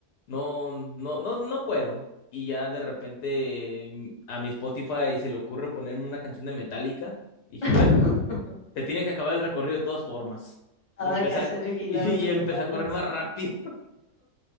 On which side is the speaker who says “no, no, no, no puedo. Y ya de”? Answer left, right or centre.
Left